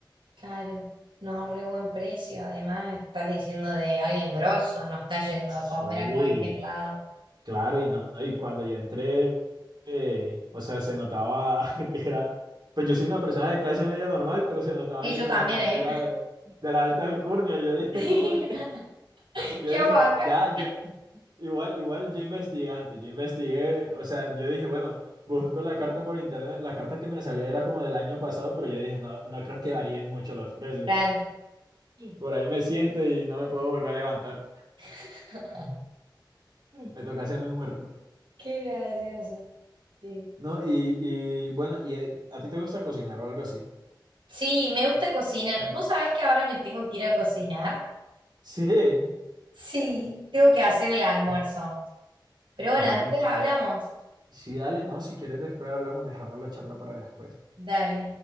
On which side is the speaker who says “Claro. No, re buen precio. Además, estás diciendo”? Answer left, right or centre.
Right